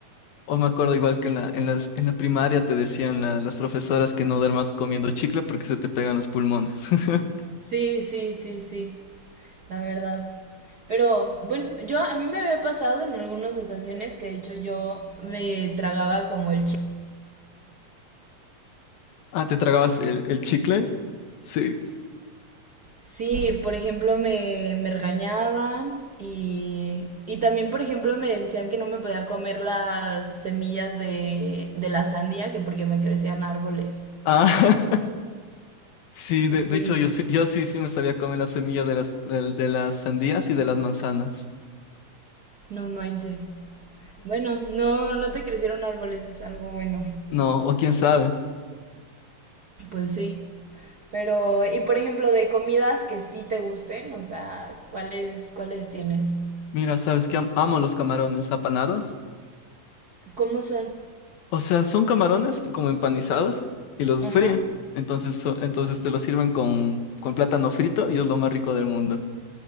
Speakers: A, on the left; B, on the right.
A: o me acuerdo igual que en la, en las, en la primaria te decían la- las profesoras que no duermas comiendo chicle porque se te pegan los pulmones. <laughs>
B: Sí, sí, sí, sí, la verdad. Pero bueno, yo a mí me había pasado en algunas ocasiones que de hecho yo me tragaba como el chi.
A: Ah, ¿te tragabas el, el chicle? Sí.
B: Sí, por ejemplo, me, me regañaban y, y también, por ejemplo, me decían que no me podía comer las semillas de, de la sandía, que porque me crecían árboles.
A: Ah, <laughs> sí, de, de
B: Sí,
A: hecho yo, sí- yo sí, sí me sabía comer la semilla de las, del- de las sandías y de las manzanas.
B: no manches. Bueno, no, no te crecieron árboles, es algo bueno.
A: No, o quién sabe.
B: Pues sí. Pero, y por ejemplo, de comidas que sí te gusten, o sea, ¿cuáles, cuáles tienes?
A: Mira, sabes que am- amo los camarones apanados.
B: ¿Cómo son?
A: O sea, son camarones como empanizados y los
B: Ajá.
A: fríen. Entonces, so- entonces te los sirven con, con plátano frito y es lo más rico del mundo.